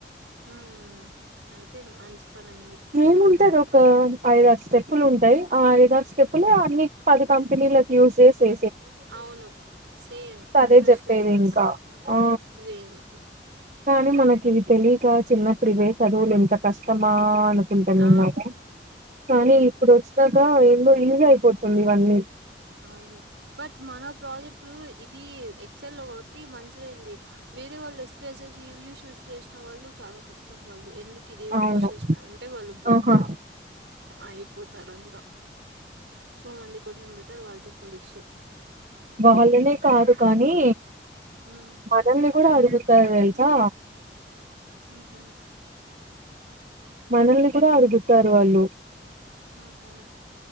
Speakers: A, on the right; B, on the right.
A: మ్మ్ అయితే మంచి పన అయ్యింది
B: ఏముంటది ఒక ఐదు ఆరు స్టెప్పులు ఉంటాయి ఆ ఐద ఆరు స్టెప్పులు అన్ని పది కంపెనీ కి యూజ్ చేసే
A: అవును సేమ్
B: అదే
A: ఒక్క
B: చెప్పేది
A: స్టెప్ చేస్తే
B: ఇంకా
A: చాలు
B: ఆ
A: సేమ్
B: కానీ మనకి ఇవి తెలియక చిన్నప్పుడు ఇవే చదువులు ఎంత కష్టమా అ అనుకుంటానే
A: ఆ!
B: ఉన్నాము కానీ ఇప్పుడు వచ్చినాక లో ఈజీ అయిపోతుంది ఇవన్నీ
A: అవును బట్ మన ప్రాజెక్ట్ ఇది ఎక్సెల్ లో కాబట్టి మంచిదైంది వేరే వాళ్ళు ఎస్పిఎస్ ఇవ్యూ షూస్ చేసిన వాళ్ళు చాలా కష్టం వాళ్ళు ఎందుకు ఇదే
B: అవును
A: యూజ్ చేసినారంటే వాళ్ళు బొక్క
B: ఆహా
A: అయిపోతారు అంతా సో మంది కొంచెం వాళ్ళతో పోలిక్ష
B: వాళ్ళనే కాదు కానీ
A: హ్మ్.
B: మనల్ని కూడా అడుగుతారు తెలుసా
A: హ హ
B: మనల్ని కూడా అడుగుతారు వాళ్ళు
A: ఆహా!